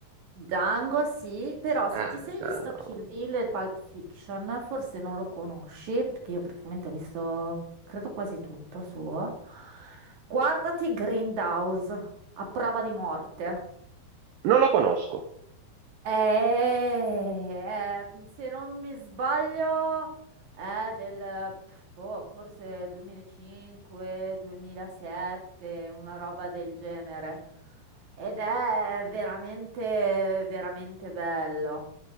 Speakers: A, on the right (about 55°); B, on the right (about 75°).
A: Django sì, però se
B: Ah,
A: ti sei
B: Django.
A: visto Kill Bill e Pulp Fiction, forse non lo conosci, perché io praticamente ho visto, credo quasi tutto suo. Guardati Grindhouse, a prova di morte.
B: Non lo conosco.
A: Eh, eh, se non mi sbaglio, è del pff, boh, forse 2005, 2007, una roba del genere. Ed è veramente, veramente bello.